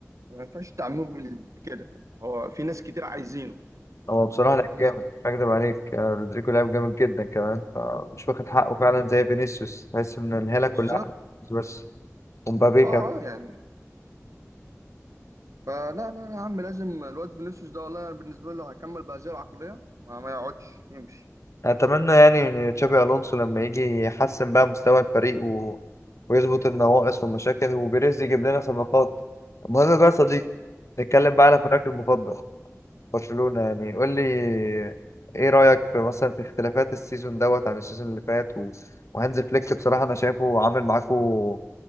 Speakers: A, on the right; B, on the left.
A: ما ينفعش تعاملوه بال- بكده يعني هو في ناس كتير عايزينه
B: هو بصراحة
A: يعني
B: لعيب
A: في ناس
B: جامد
A: كتير
B: مش هكدب عليك آه، رودريجو لعيب جامد جدا كمان فمش واخد حقه فعلا زي فينيسيوس تحس ان الهالة كلها
A: بالظبط
B: على فينيسيوس بس ومبابي
A: اه
B: كمان
A: اه يعني فلا لا يا عم لازم الواد فينيسيوس ده والله أنا بالنسبه له هيكمل بهذه العقليه ما, ما يقعدش يمشي
B: اتمنى يعني ان تشابي الونسو لما يجي يحسن بقى مستوى الفريق و... ويظبط النواقص والمشاكل وبيريز يجيب لنا صفقات المهم بقى يا صديقي نتكلم بقى على فريقك المفضل برشلونة يعني قول لي ايه رأيك في مثلا في اختلافات السيزون دوت عن السيزون اللي فات و... وهانز فليك بصراحة انا شايفه عامل معاكو